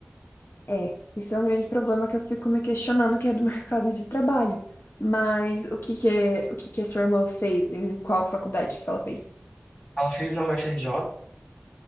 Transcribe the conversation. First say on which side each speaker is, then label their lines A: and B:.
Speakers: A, on the left; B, on the left.
A: É, isso é um grande problema que eu fico me questionando, que é do <laughs> mercado de trabalho. Mas o que que é, o que que a sua irmã fez? Em qual faculdade que ela fez?
B: Ela fez na UFRJ,